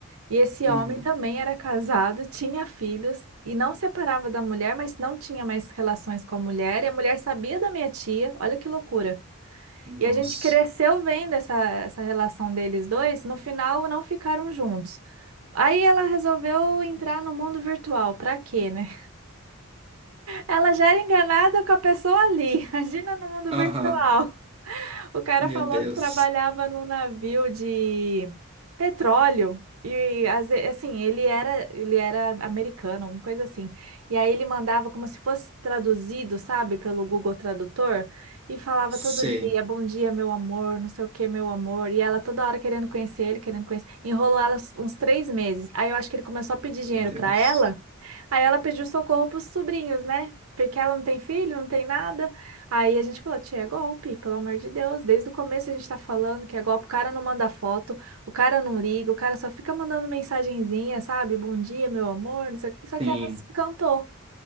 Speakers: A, on the right (about 80°); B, on the right (about 25°).
A: E esse
B: uhum,
A: homem também era casado, tinha filhos e não separava da mulher, mas não tinha mais relações com a mulher. E a mulher sabia da minha tia. Olha que loucura.
B: nossa,
A: E a gente cresceu vendo essa, essa relação deles dois. No final, não ficaram juntos. Aí ela resolveu entrar no mundo virtual. Pra quê, né? Ela já era enganada com a pessoa ali. <laughs> Imagina no mundo virtual.
B: aham,
A: O cara
B: meu
A: falou
B: Deus,
A: que trabalhava num navio de petróleo. E às ve- assim, ele era, ele era americano, alguma coisa assim. E aí ele mandava como se fosse traduzido, sabe, pelo Google Tradutor, e falava
B: sei.
A: todo dia, bom dia, meu amor, não sei o que, meu amor. E ela toda hora querendo conhecer ele, querendo conhecer. Enrolou ela uns uns três meses. Aí eu acho que ele começou a pedir
B: Meu
A: dinheiro
B: Deus.
A: pra ela. Aí ela pediu socorro pros sobrinhos, né? Porque ela não tem filho, não tem nada. Aí a gente falou, tia, é golpe, pelo amor de Deus. Desde o começo a gente tá falando que é golpe, o cara não manda foto, o cara não liga, o cara só fica mandando mensagenzinha, sabe? Bom dia, meu amor, não sei o quê. Só que
B: Sim.
A: ela se encantou.